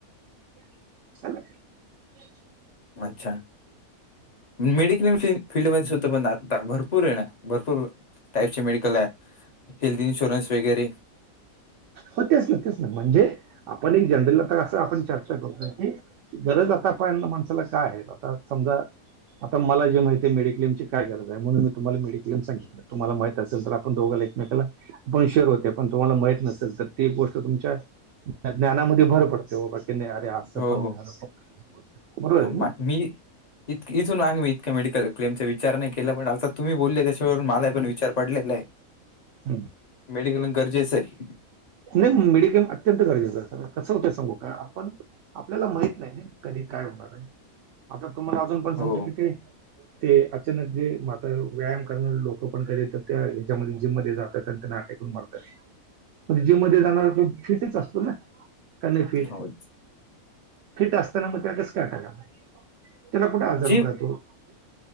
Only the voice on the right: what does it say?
<inaudible> <inaudible>
हो तेच ना तेच ना म्हणजे आपण एक जनरल आता असं आपण चर्चा करतोय की गरज आता पाळण माणसाला काय आहेत आता समजा आता मला जे माहिती आहे मेडीक्लेमची काय गरज आहे म्हणून मी तुम्हाला मेडिक्लेम सांगितलं. तुम्हाला माहित असेल तर आपण दोघाले एकमेकाला आपण शेअर होते पण तुम्हाला माहित नसेल तर ते गोष्ट तुमच्या ज्ञानामध्ये भर पडते बा बा की नाही अरे असं
पण
जान पण बरोबर
आहे
ना.
<inaudible>
नाही मिडिक्लेम अत्यंत गरजेचं आहे स कसं होतंय सांगू का आपण आपल्याला माहीत नाही कधी काय होणार आहे. आता तुम्हाला अजून पण सांगतो
कि ते ते अचानक जे. व्यायाम करणार लोक पण कधी त्या ह्याच्यामध्ये जिममध्ये जातात आणि ते अटॅक येऊन मरतात. म्हणजे जिम मध्ये जाणार तो फिटच असतो ना कार नाही फिट.
फिट असताना मग त्याला कस काय अटॅक आला, त्याला कुठे आजार
होत तो